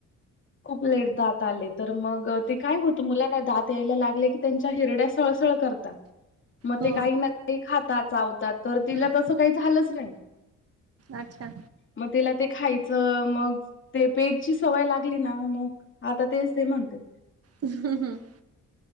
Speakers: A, on the left; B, on the right.
A: <unintelligible> खूप लेट दात आले तर मग ते काय होत मुला ना दात ला लागले की त्यांच्या हिरड्या सळसळ करतात मग
B: हो
A: ते काही ना काही खातात चावतात तर तिला
B: हम्म
A: तसं काही झालंच नाही.
B: अच्छा
A: मग तिला ते खायचं मग ते पेजची सवय लागली ना मग आता तेच ते म्हणते
B: हम